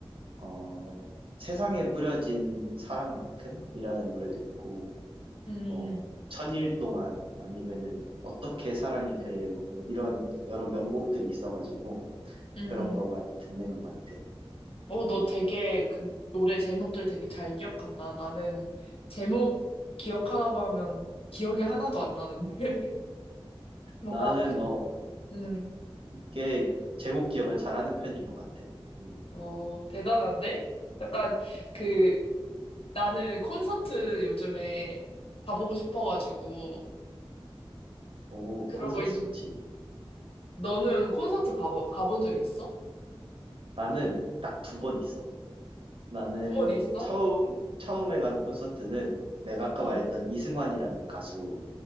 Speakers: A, on the right; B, on the left.
A: 어, 세상에 뿌려진 사랑만큼이라는 노래도 있고
B: 응
A: 뭐 천일 동안 아니면은 어떻게 사랑이 그래요 뭐 이런 여러 명곡들이 있어가지고
B: 응
A: 그런 거 많이 듣는 것 같아.
B: 어, 너
A: 음.
B: 되게 그 노래 제목들 되게 잘 기억한다. 나는 제목 기억하라고 하면 기억이 하나도 안 나는데. <laughs> 뭔가,
A: 나는, 어,
B: 음,
A: 꽤 제목 기억을 잘하는 편인 것 같아. 음.
B: 어, 대단한데? 약간 그 나는 콘서트 요즘에 가보고 싶어가지고
A: 오,
B: 그러고
A: 콘서트
B: 있,
A: 좋지.
B: 너는 콘서트 가보, 가본 적 있어?
A: 나는 딱 두 번 있어. 나는
B: 두 번 있어?
A: 처음, 처음에 간 콘서트는 내가 아까
B: 응,
A: 말했던 이승환이라는 가수